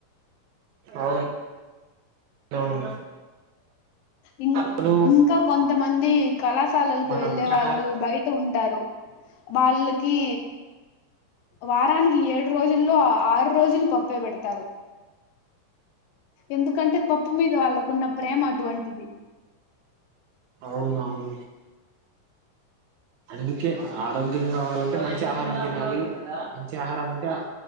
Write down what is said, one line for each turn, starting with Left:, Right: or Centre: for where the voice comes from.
Right: అవునవును.
Left: ఇం
Right: అవును
Left: ఇంకా కొంతమంది కళాశాలలకు
Right: మనం
Left: వెళ్లే వాళ్ళు
Right: ఆహారం
Left: బయట ఉంటారు. వాళ్ళ కీ వారానికి ఏడు రోజుల్లో ఆ ఆరు రోజులు పప్పే పెడతారు. ఎందుకంటే పప్పు మీద వాళ్ళకున్న ప్రేమ అటువంటిది.
Right: అవునవును. అందుకే ఆరోగ్యం కావాలంటే మంచి ఆహారం తినాలి. మంచి ఆహారముంటే <unintelligible>